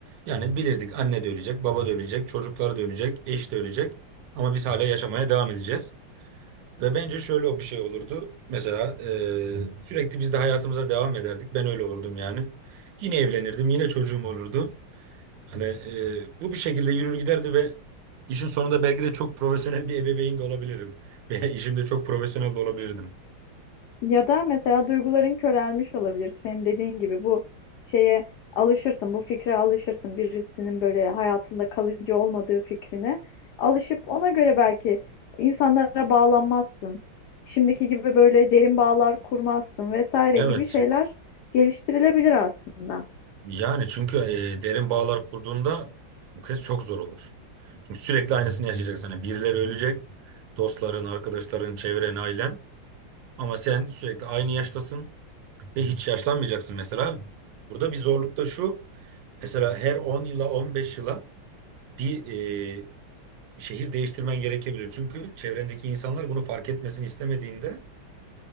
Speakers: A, on the right; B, on the left.
A: Yani bilirdik anne de ölecek, baba da ölecek, çocuklar da ölecek, eş de ölecek. Ama biz hala yaşamaya devam edeceğiz. Ve bence şöyle o bir şey olurdu. Mesela e, sürekli biz de hayatımıza devam ederdik. Ben öyle olurdum yani. Yine evlenirdim, yine çocuğum olurdu. Hani e, bu bir şekilde yürür giderdi ve işin sonunda belki de çok profesyonel bir ebeveyn de olabilirim. <laughs> Veya işimde çok profesyonel de olabilirdim.
B: Ya da mesela duyguların körelmiş olabilir. Senin dediğin gibi bu şeye alışırsın, bu fikre alışırsın. Birisinin böyle hayatında kalıcı olmadığı fikrine alışıp ona göre belki insanlara bağlanmazsın. Şimdiki gibi böyle derin bağlar kurmazsın vesaire
A: Evet.
B: gibi şeyler geliştirilebilir aslında.
A: Yani çünkü e, derin bağlar kurduğunda bu kez çok zor olur. Çünkü sürekli aynısını yaşayacaksın. Hani birileri ölecek. Dostların, arkadaşların, çevren, ailen. Ama sen sürekli aynı yaştasın ve hiç yaşlanmayacaksın mesela. Burada bir zorluk da şu. Mesela her 10 yıla, 15 yıla bir e, şehir değiştirmen gerekebilir. Çünkü çevrendeki insanlar bunu fark etmesini istemediğinde